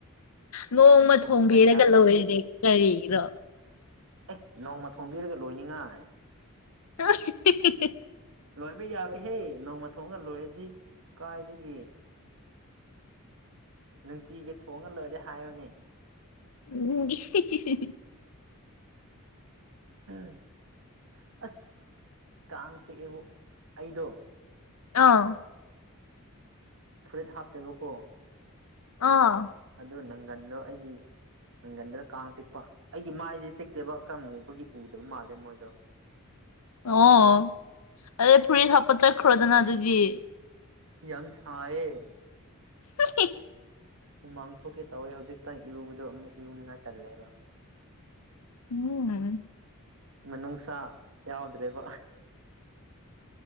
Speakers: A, on the left; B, on the right.
A: ꯅꯣꯡꯃ
B: ꯊꯨꯝ
A: ꯊꯣꯡꯕꯤꯔꯒ
B: ꯈꯔ ꯌꯥꯛꯄꯒꯨꯝ
A: ꯂꯣꯏꯔꯦꯅꯦ
B: ꯇꯧꯋꯦ
A: ꯀꯔꯤꯅꯣ
B: ꯑꯦ ꯅꯣꯡꯃ ꯊꯣꯡꯝꯕꯤꯔꯒ ꯂꯣꯏꯅꯤꯡꯉꯥꯏ
A: <unintelligible>
B: ꯂꯣꯏꯕ ꯌꯥꯔꯣꯏꯍꯦ ꯅꯣꯡꯃ ꯊꯣꯡꯉꯒ ꯂꯣꯏꯔꯗꯤ ꯀꯥꯏꯗꯒꯤ ꯅꯨꯡꯇꯤꯒꯤ ꯊꯣꯡꯉ ꯂꯣꯏꯔꯦ ꯍꯥꯏꯌꯣꯅꯦ
A: <unintelligible>
B: <inaudible> ꯑꯁ ꯀꯥꯡ ꯆꯤꯛꯑꯦꯕꯨ ꯑꯩꯗꯣ
A: ꯑꯥ
B: ꯐꯨꯔꯤꯠ ꯍꯥꯞꯇꯦꯕꯀꯣ
A: ꯑꯥ
B: ꯑꯗꯨ ꯅꯪꯒꯟꯗꯣ ꯑꯩꯒꯤ ꯅꯪꯒꯟꯗꯨꯗ ꯀꯥꯡ ꯆꯤꯛꯄ ꯑꯩꯒꯤ ꯃꯥꯏꯗꯤ ꯆꯤꯛꯇꯦꯕ ꯈꯔ ꯃꯨꯕꯒꯤ ꯎꯗꯕ ꯃꯥꯜꯂꯦ ꯃꯣꯏꯗꯣ
A: ꯑꯣ ꯑꯗ ꯐꯨꯔꯤꯠ ꯍꯥꯞꯄ ꯆꯠꯈ꯭ꯔꯣꯗꯅ ꯑꯗꯨꯗꯤ
B: ꯌꯥꯝ ꯁꯥꯏꯌꯦ
A: <unintelligible>
B: ꯍꯨꯃꯥꯡ ꯊꯣꯛꯀꯦ ꯇꯧꯋꯦ ꯍꯧꯖꯤꯛꯇꯪ ꯏꯔꯨꯕꯗꯣ ꯑꯃꯨꯛ ꯏꯔꯨꯅꯤꯉꯥꯏ ꯇꯜꯂꯦꯕ
A: ꯎꯝ
B: ꯃꯅꯨꯡꯁꯥ ꯌꯥꯎꯗ꯭ꯔꯦꯕ